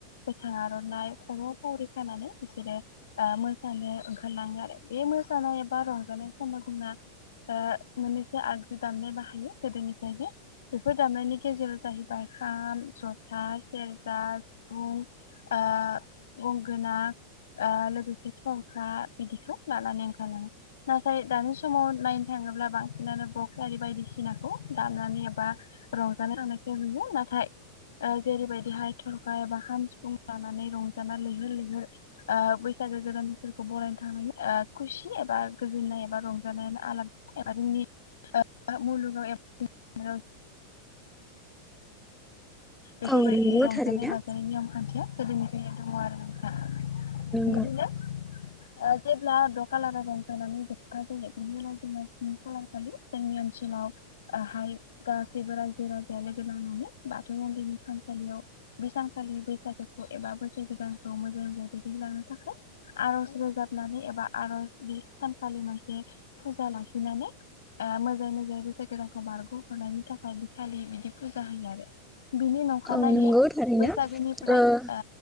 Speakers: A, on the left; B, in the centre.
A: गोथां आर'नाइ खर'आव फावरि खानानै बिसोरो आ मो‌ सानो ओंखारलाङो आरो बे मोसानाय एबा रंजानाय समाव जोंना ओ मोननैसे आगजु दामनाय बाह यो गोदोनिफ्रायनो बेफोर दामनायनि गेजेराव जाहैबाय खाम जथा सेरजा सिफुं ओ गंगोना ओ लोगोसे थरखा बिदिखौ लानानै ओंखारलाङो नाथाय दानि समाव नायनो थाङो थाङोब्ला बांसिनानो बक्स आरि बायदिसि सिनाखौ दामनानै एबा रंजानो थांनायखौ नुयो नाथाय ओ जेरैबायदिहाय थरखा एबा खाम सिफुं लानानै रंजाना लैहोर लैहोर ओ बैस गो गोदाननिखौ बरायनो थांनायनि खुसि एबा गोजोननाय एबा रंजानायानो आलादा एबा जोंनि ओ मुलुगाव <unintelligible> बेफोरबायदि
B: औ नंगौ
A: रंजानाय-बाजानाय
B: थारैनो
A: नियम खान्थिया गोदोनिफ्रायनो दङ आरो नोंथां
B: नंगौ
A: बिदिनो ओ जेब्ला <unintelligible> खालारा दंथनानै जायो बिनि उनाव खालार खालि जोंनि लावहाय गासैबो रायजो राजाया लोगो नांनानै बाथौ मन्दिरनि खामसालियाव बे सानखालि बैसागोखौ एबा बोसोर गोदानखौ मोजां जाहाथे <inaudible> थाखाय आर'ज रोजाबनानै एबा आर'ज बे सानखालि मोनसे फुजा लाखि नानै ओ मोजाङै मोजाङै बोसोर गोदानखौ बारग'हरनायनि थाखाय बिखालि बिदि फुजा होयो आरो बिनि नखानायै
B: औ नंगौ थारैनो
A: बैसागोनिफ्राय
B: ओ
A: आ